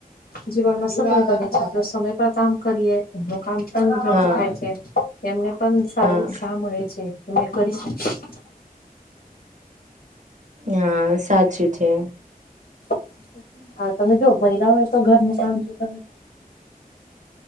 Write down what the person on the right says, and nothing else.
હા
હા
હા સાચી છે.